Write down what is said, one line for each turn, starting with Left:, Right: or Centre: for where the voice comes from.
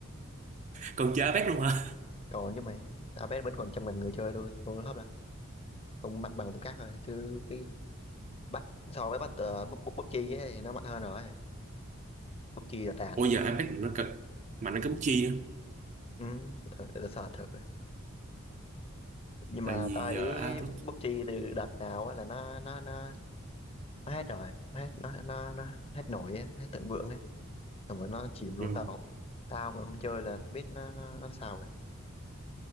Right: Còn chơi Apex luôn hả?
Left: Còn chứ mày, Abed vẫn còn trăm ngàn người chơi thôi, tôi hấp là không mạnh bằng tụi khác rồi chứ Cái bắt so với bắt uh, bút bút bút chi ấy, thì nó mạnh hơn rồi bút chi là tàn
Right: Ủa giờ Apex mà nó cực mà nó cái bút chi á.
Left: ừ, để thử để sợ thử nhưng
Right: Tại
Left: mà
Right: vì
Left: tao thấy
Right: giờ à, tôi,
Left: bút chi từ đợt nào á là nó nó nó nó hết rồi nó hết nó nó nó hết nổi á, hết thịnh vượng ấy xong rồi nó chìm luôn
Right: ừ.
Left: tao tao còn không chơi là biết nó nó, nó sao rồi